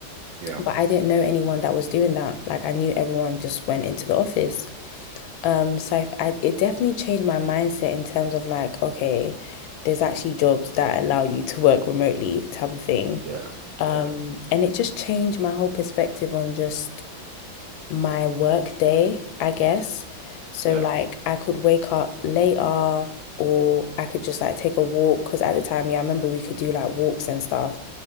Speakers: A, on the right; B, on the left.
A: yeah,
B: But I didn't know anyone that was doing that. Like I knew everyone just went into the office. Um, so I, it definitely changed my mindset in terms of like, okay, there's actually jobs that allow you to work remotely type of thing.
A: yeah, yeah,
B: Um, and it just changed my whole perspective on just my work day, I guess. So
A: yeah,
B: like I could wake up later or I could just like take a walk because at the time, yeah, I remember we could do like walks and stuff.